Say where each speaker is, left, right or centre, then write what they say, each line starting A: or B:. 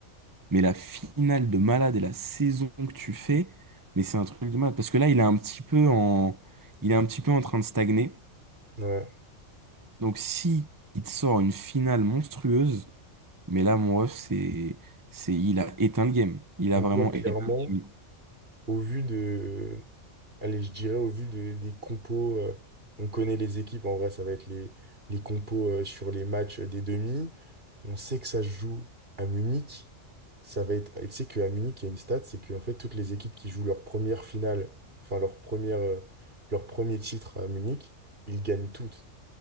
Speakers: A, on the right; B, on the right.
A: mais la finale de malade et la saison que tu fais, mais c'est un truc de malade. Parce que là, il est un petit peu en, il est un petit peu en train de stagner.
B: ouais.
A: Donc si il te sort une finale monstrueuse, mais là, mon ref, c'est, c'est, il a éteint le game. Il
B: Donc
A: a vraiment
B: toi, clairement.
A: éteint le game.
B: au vu de, allez, je dirais au vu de- des compos, euh, on connaît les équipes, en vrai, ça va être les, les compos euh, sur les matchs des demi. On sait que ça se joue à Munich. Ça va être, et tu sais qu'à Munich, il y a une stat, c'est qu'en fait, toutes les équipes qui jouent leur première finale, enfin leur première, euh, leur premier titre à Munich, ils gagnent toutes.